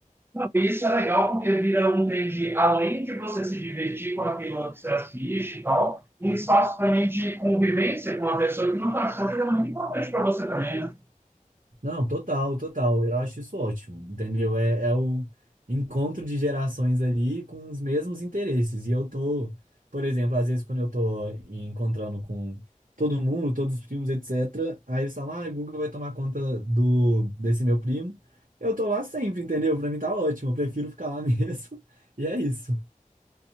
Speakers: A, on the right; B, on the right.
A: Não, isso é legal porque vira um trend, além de você se divertir com aquilo que você assiste e tal, um espaço também de convivência com uma pessoa que não está achando que é muito importante para você também. né?
B: Não, total, total. Eu acho isso ótimo, entendeu? É, é o encontro de gerações ali com os mesmos interesses. E eu tô, por exemplo, às vezes quando eu tô encontrando com todo mundo, todos os primos, etc., aí eles falam, ah, o Guga vai tomar conta do, desse meu primo. Eu tô lá sempre, entendeu? Pra mim tá ótimo, eu prefiro ficar lá <laughs> mesmo. E é isso.